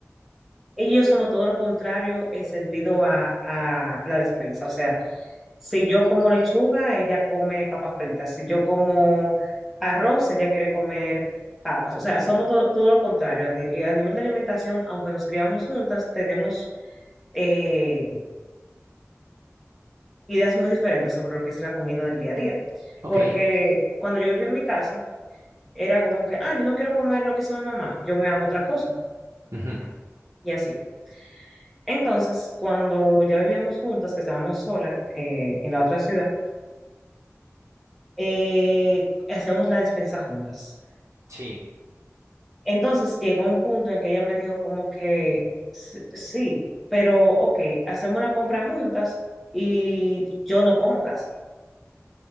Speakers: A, in the centre; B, on the right.
A: Ella y yo somos todo lo contrario en sentido a, a la despensa. O sea, Si yo como lechuga, ella come papas fritas. Si yo como arroz, ella quiere comer papas. O sea, somos to- todo lo contrario. A, ni- a nivel de alimentación, aunque nos criamos juntas, tenemos eh, ideas muy diferentes sobre lo que es la comida del día a día.
B: ok.
A: Porque cuando yo vivía en mi casa, era como que, ah, yo no quiero comer lo que hizo mi mamá, yo me hago otra cosa.
B: ujú,
A: Y así. Entonces, cuando ya vivíamos juntas, que estábamos solas eh, en la otra ciudad, eh, hacíamos la despensa juntas.
B: Sí,
A: Entonces llegó un punto en que ella me dijo como que "S- sí, pero ok, hacemos una compra juntas y yo no como casi.